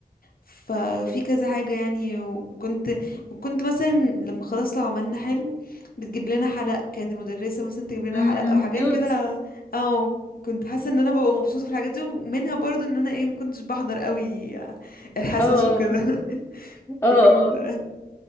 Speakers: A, on the left (about 65°); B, on the left (about 15°).
A: ففي كذا حاجة يعني وكنت وكنت مثلا لما خلاص لو عملنا حلو بتجيب لنا حلق كانت المدرسة مثلا تجيب لنا
B: امم
A: حلق او حاجات
B: كيوت
A: كده اه كنت حاسة ان انا ببقى مبسوطة في الحاجات دي ومنها برضو ان انا ايه ما كنتش بحضر قوي الحصص
B: اه
A: وكده <laughs>
B: اه اه
A: فكنت